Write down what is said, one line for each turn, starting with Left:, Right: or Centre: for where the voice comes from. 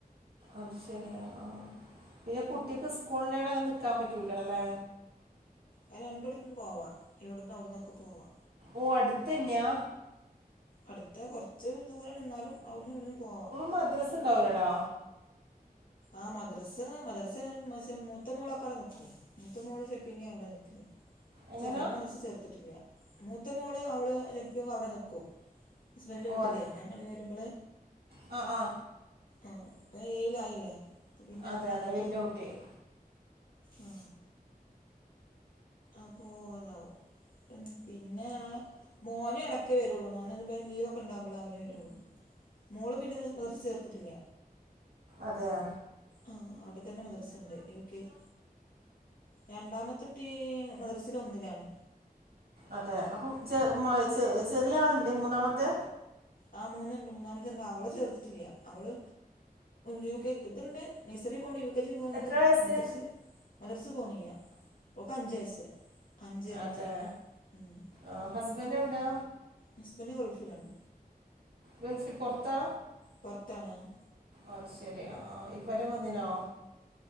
Right: അത് ശരിയാണ് ആ പിന്നെ കുട്ടിക്ക് സ്കൂളിണ്ടാ കൊണ്ട് നിൽക്കാൻ പറ്റൂല്ല അല്ലേ?
Left: ഏ രണ്ടിടത്തു നിന്ന് പോവാ ഇവിടുന്ന് അവിടുന്നൊക്കെ പോവാ.
Right: ഓ അടുത്തന്യാ
Left: അടുത്ത് കുറച്ച് ദൂരം ന്നാലും അവിടുന്ന് ഇവിടുന്ന് പോവാ.
Right: മദ്രസ് ഉണ്ടാവൂലടാ
Left: ആ മദ്രസ് മദ്രസ് മ മൂത്ത മോളാ ക്കാടെ നിക്കും. മൂത്ത മോള് ചെലപ്പിങ്കി അവിടെ നിൽക്കൽ
Right: എങ്ങനാ
Left: ചെറുതിനെ മദ്രസയിൽ ചേർത്തിട്ടില്ല മൂത്ത മോള് അവള് ചിലപ്പോ അവിടെ നിക്കും ഹസ്ബൻഡ്
Right: ഓ
Left: വീട്ടിലേ
Right: അതെ
Left: ഞാനിങ്ങട് വരുമ്പള്
Right: ആ ആ
Left: ആ അപ്പ ഏഴിലായില്ലേ അപ്പോ പിന്നെ
Right: അതെ
Left: അവളായിട്ട്
Right: അതെ വലിയ കുട്ടിയായി
Left: ആ അപ്പൊ അതാവും ഉം പിന്നെ മോനും ഇടക്ക് വരുള്ളൂ മോൻ ഇപ്പോ ലീവ്ക്കെ ഉണ്ടാകുമ്പളെ അവന് വരുള്ളൂ. മോള് പിന്നെ മദ്റസ ചേർത്തിട്ടില്ല
Right: അതെയോ
Left: ആ അവിടെത്തന്നെ മദ്രസ ഉണ്ട് യു കെ ജി രണ്ടാമത്തെ കുട്ടി മദ്രസെൽ ഒന്നിലാണ്
Right: അതെ അപ്പം ച ചെറിയ ആളുണ്ട് മൂന്നാമത്തെ
Left: ആ മൂന്നുണ്ട് മൂന്നാമത്തെ ഉണ്ട് അവള് ചേർത്തിട്ടില്ല അവള് യ കെ ഇത്ണ്ട് നഴ്സറി പോണ്ട് യു കെ കെ ജി പോവണ്ട്
Right: എത്ര വയസ്സ്
Left: മദ്രസിൽ മദ്രസ് പോണില്ല്യ ഓൾക് അഞ്ച് വയസ്സ് അഞ്ച് അഞ്ച്
Right: അതെ
Left: ഉം.
Right: ആ ഹസ്ബൻഡ് എവിടാ?
Left: ഹസ്ബെൻഡ് ഗൾഫിലാണ്.
Right: ഗൾഫി പൊറത്താ
Left: പൊർത്താണ് ആഹ്
Right: അ ശരി ഇപ്പറ്റെ വന്നിനോ?